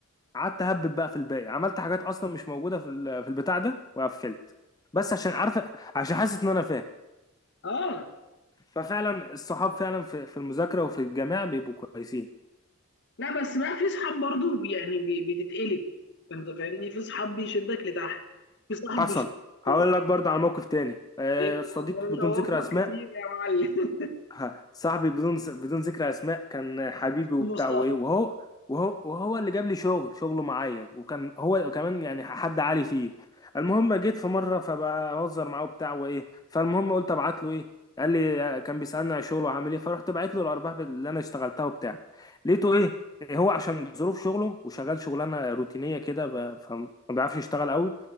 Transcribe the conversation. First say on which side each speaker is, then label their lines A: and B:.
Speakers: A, on the left; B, on the left.
A: قعدت اهبط بقى في الباقي عملت حاجات اصلا مش موجوده في ال- في البتاع ده وقفلت بس عشان عارفه عشان حاسس ان انا فاهم
B: اه
A: ففعلا الصحاب فعلا في في المذاكره وفي الجامعه بيبقوا كويسين
B: لا بس بقى في صحاب برضو بي- يعني بي- بتتقلب انت فاهمني في صحاب بيشدك لتحت في صاحب
A: حصل
B: بيشدك
A: هقول
B: لفوق
A: لك برضه على موقف تاني آه،
B: ايه
A: صديق
B: ده انت
A: بدون
B: وفق
A: ذكر اسماء
B: كتير يا معلم
A: ها، صاحبي بدون بدون ذكر اسماء كان حبيبي وبتاع
B: مصطفى
A: وايه وهو وهو وهو اللي جاب لي شغل شغله معايا وكان هو كمان يعني حد عالي فيه المهم جيت في مره فبهزر معاه وبتاع وايه فالمهم قلت ابعت له ايه قال لي كان بيسالني على شغله وعامل ايه فرحت بعت له الارباح اللي انا اشتغلتها وبتاع لقيته ايه هو عشان ظروف شغله وشغال شغلانه روتينيه كده ب- فما بيعرفش يشتغل قوي